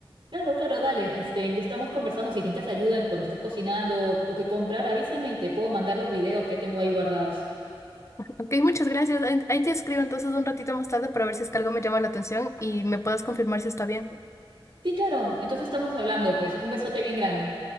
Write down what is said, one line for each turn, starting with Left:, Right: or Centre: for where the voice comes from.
Right: Claro, claro, dale, este, ya estamos conversando, si necesitas ayuda en- cuando estés cocinando o que comprar, avísame y te puedo mandar los videos que tengo ahí guardados.
Left: Ok, muchas gracias. Ahí ahí te escribo entonces un ratito más tarde para ver si es que algo me llama la atención y me puedas confirmar si está bien.
Right: Sí, claro, entonces estamos hablando, pues un besote bien grande.